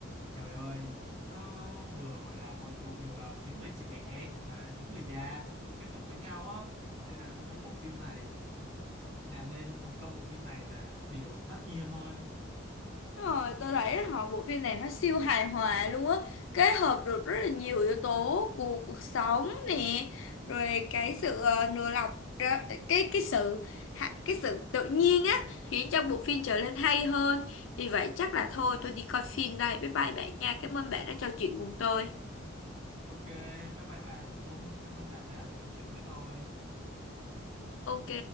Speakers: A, on the right; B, on the left.
A: trời ơi nó vừa gọi là hội tụ được à, những người trẻ và những người già kết hợp với nhau á nên là tôi thấy bộ phim này làm nên thành công bộ phim này là điều tất nhiên thôi.
B: Đúng rồi, tôi thấy họ bộ phim này nó siêu hài hòa luôn á, kết hợp được rất là nhiều yếu tố của cuộc sống nè, rồi cái sự ờ, nửa lọc ra- cái cái sự hạ- cái sự tự nhiên á khiến cho bộ phim trở nên hay hơn. Vì vậy chắc là thôi tôi đi coi phim đây. Bye bye bạn nha. Cảm ơn bạn đã trò chuyện cùng tôi.
A: Ok, bye bye bạn, cũng cảm ơn bạn đã trò chuyện với tôi.
B: Ok.